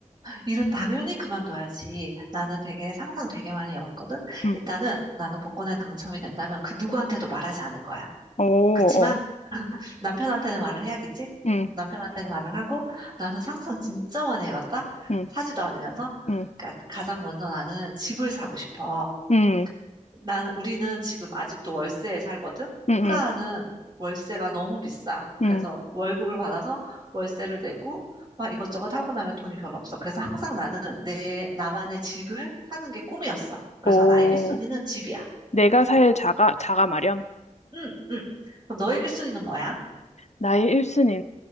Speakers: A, on the right; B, on the left.
A: 일은 당연히 그만둬야지. 나는 되게 상상 되게 많이 해봤거든.
B: 응.
A: 일단은 나는 복권에 당첨이 된다면 그 누구한테도 말하지 않을 거야.
B: 오,
A: 그치만
B: 어.
A: 남편한테는 말을 해야겠지?
B: 응,
A: 남편한테는 말을 하고 나는 상상 진짜 많이 해봤다.
B: 응,
A: 사지도 않으면서.
B: 응,
A: 그러니까 가장 먼저 나는 집을 사고 싶어.
B: 응,
A: 나는 우리는 지금 아직도 월세에 살거든.
B: 응,
A: 프라하는
B: 응,
A: 월세가 너무 비싸. 그래서
B: 응.
A: 월급을 받아서 월세를 내고 막 이것저것 하고 나면 돈이 별로 없어. 그래서 항상 나는 내 나만의 집을 사는 게 꿈이었어. 그래서
B: 오,
A: 나의 1순위는 집이야.
B: 내가 살 자가, 자가 마련?
A: 응, 응. 그럼 너의 1순위는 뭐야?
B: 나의 1순위는